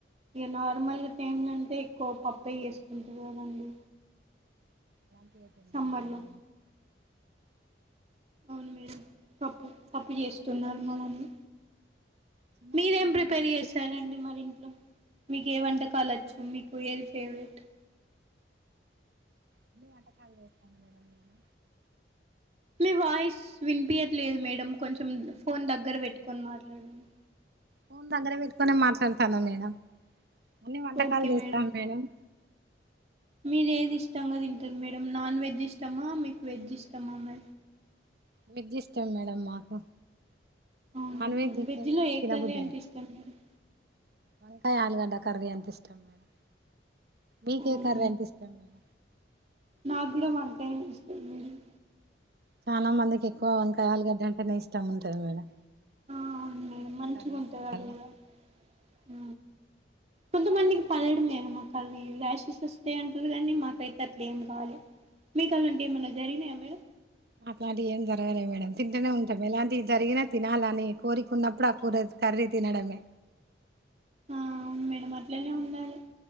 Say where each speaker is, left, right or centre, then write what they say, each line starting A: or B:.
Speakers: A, on the right; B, on the right.
A: ఇక నార్మల్ టైమ్లో అంటే ఎక్కువ పప్పు పొయేసుకుంట కదండి
B: ఎ పని
A: సమ్మర్లో
B: మేడం
A: అవును మేడం తప్పు తప్పు చేస్తున్నారు మనల్ని
B: చిన్న
A: మీరేం
B: కుటుంబం
A: ప్రిపేర్
B: మీద
A: చేసారండి మరి ఇంట్లో మీకు ఏ వంటకాలు వచ్చు మీకు ఏ ఫేవరెట్
B: అన్ని వంటకాలు చేస్తాను మేడం నేను
A: మీ వాయిస్ వినిపింయాట్లేదు మేడం కొంచెం ఫోన్ దగ్గర పెట్టుకొని మాట్లాడండి
B: ఫోన్ దగ్గర పెట్టుకునే మాట్లాడతన్న నేను అన్ని వంటకాలు
A: ఓకే
B: చేస్తాన్
A: మేడం
B: మేడమ్
A: మీరు ఏది ఇష్టంగా తింటారు మేడమ్ నాన్ వెజ్ ఇష్ట ష్టమా మీకు వెజ్ ఇష్టమా మే
B: వెజ్ ఇష్టం మేడమ్ మాకు
A: అవునా
B: నాన్
A: మేడం
B: ఉంటది
A: వెజ్ లో
B: కానీ
A: ఏ
B: తినబుద్ది
A: కర్రీ అంటే
B: కాదు.
A: ఇష్టం మేడం
B: వంకాయ ఆలుగడ్డ కర్రీ అంటే ఇష్టం మేడం మీకే
A: అవున
B: కర్రీ అంటే ఇష్టం మేడం
A: నాగుడ వన్ కాయ అంటే ఇష్టమ్ మేడమ్
B: చానా మంది ఎక్కవ వంకాయ్ ఆలుగడ్డ అంటేనే ఇష్ట ఇష్టం ఉంటాది మేడం
A: ఆ అవును మంచిగుంటది
B: కర్రీస్లల్లా
A: అది కూడా ఊ కొంతమందికి పడదు మేడం అది రాషెస్ వస్తాయి అంటుర్రు కానీ మాకైతే అట్లా ఏం కాలె మికల్ల అట్ల ఏమైన జరిగినాయా మేడం
B: అట్లాంటివి ఏం జరగాలే మేడం తింటూనే ఉంటాం ఎలాంటి జరిగినా తినాలని కోరిక ఉన్నప్పుడు ఆ కూర కర్రీ తినడమే
A: ఆ అవును మేడం అట్లనే ఉండాలి